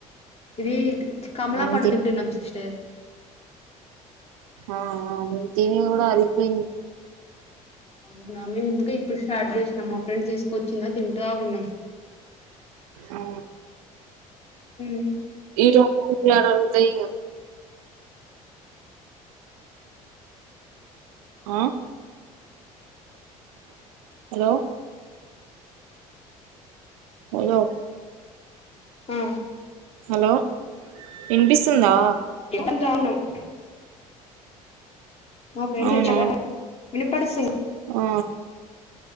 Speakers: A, on the left (about 35°); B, on the right (about 75°).
A: ఇదిత్ కమలా
B: మేము
A: పండు
B: తిన్
A: తింటునం సిస్టర్
B: ఆ అ మేం తినేది కూడా అరిగిపోయిన్ది
A: అవునా మేము ఇంకా ఇప్పుడు స్టార్ట్ చేసినాం మా ఫ్రెండ్ తిస్ వచ్చిందా తింటా ఉన్నాం
B: ఆ
A: మ్
B: ఈ రగుతాయ <unintelligible> ఆ హలో అలో
A: ఆ
B: హలో విన్పిస్తుందా
A: ఎకుంత ఉన్నాం <unintelligible> మా ఫ్రండ్
B: అవునవును
A: తెచ్చారా వినపడిస్తూ
B: ఆ